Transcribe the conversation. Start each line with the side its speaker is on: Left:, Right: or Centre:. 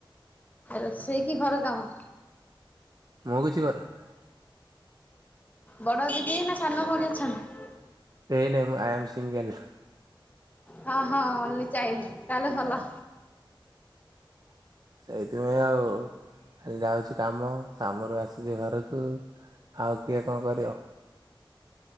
Left: ରୋଷେଇ କି ଘର କାମ।
Right: ମୁଁ କିଛି କରେନି।
Left: ବଡ ଦିଦି ନା ସାନ ଭଉଣୀ ଅଛନ୍ତି।
Right: କେଇନାଇ ମୁଁ ଆଇ ଆମ ସିଙ୍ଗଲ।
Left: ହଁ ହଁ ଓନ୍ଲି ଚାଇଲଡ ତାହେଲେ ଭଲ।
Right: ସେଇଥିପାଇଁ ଆଉ ଖାଲି ଯାଉଛି କାମ କାମରୁ ଆସୁଛି ଘରକୁ ଆଉ କିଏ କଣ କରିବ।